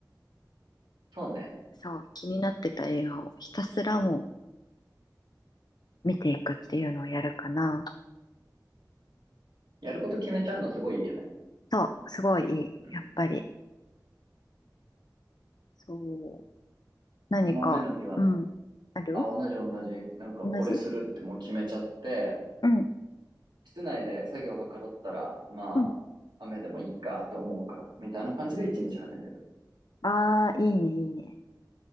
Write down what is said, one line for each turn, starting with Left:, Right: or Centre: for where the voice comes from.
Right: そうね。
Left: そう、気になってた映画をひたすらもう見ていくっていうのをやるかな。
Right: やること決めちゃうのすごいいいよね。
Left: そう、すごいいい。
Right: うん。
Left: やっぱり。そう。何か、
Right: 俺も雨の日はな、
Left: うん。ある
Right: あ、同じ同じ。なんかこれするってもう決めちゃって、
Left: 同じうん。
Right: 室内で作業はかどったら、まあ、
Left: うん。
Right: 雨でもいいかって思うから、みたいな感じで一日始める。
Left: ああ、いいね、いいね。